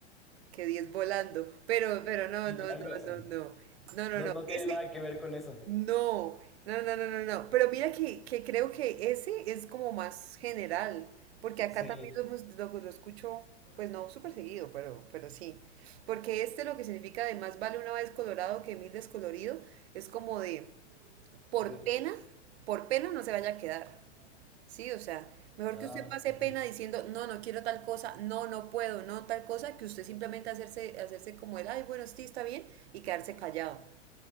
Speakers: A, on the right (about 60°); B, in the centre.
A: que diez volando. Pero, pero no,
B: Sí,
A: no, no,
B: algo así.
A: no, no. No, no,
B: No,
A: no.
B: no tiene
A: Ese,
B: nada que ver con eso.
A: no. No, no, no, no, no. Pero mira que, que creo que ese es como más general. Porque acá
B: Sí.
A: también lo, hemos- lo- lo escucho, pues no súper seguido, pero, pero sí. Porque este lo que significa de más vale una vez colorado que mil descolorido es como de por
B: de-
A: pena, por pena no se vaya a quedar. Sí, o sea, mejor
B: Ah,
A: que usted
B: ok.
A: pase pena diciendo, no, no quiero tal cosa, no, no puedo, no tal cosa, que usted simplemente hacerse, hacerse como el, ay, bueno, sí, está bien, y quedarse callado.